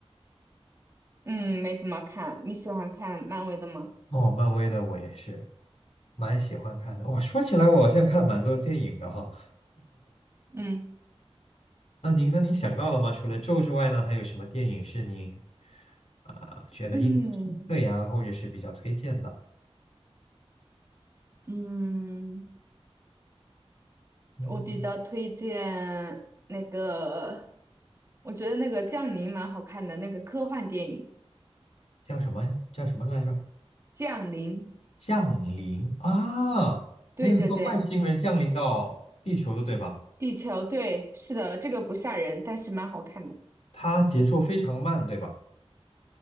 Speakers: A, on the right (about 25°); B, on the left (about 85°).
A: 嗯，没怎么看。你喜欢看漫威的吗？
B: 哦，漫威的我也是。蛮喜欢看的。哇，说起来我好像看蛮多电影的哈。
A: 嗯
B: 那您呢？您想到了吗？除了《咒》之外呢，还有什么电影是您啊、觉得印象深刻呀，
A: 嗯
B: 或者是比较推荐的？
A: 嗯，
B: 嗯，
A: 我比较推荐那个，我觉得那个《降临》蛮好看的，那个科幻电影
B: 叫什么呀？叫什么来着？
A: 《降临》，
B: 降临啊，
A: 对对对，
B: 那个说外星人降临到地球的，对吧？
A: 地球，对，是的，这个不吓人，但是蛮好看的。
B: 它节奏非常慢，对吧？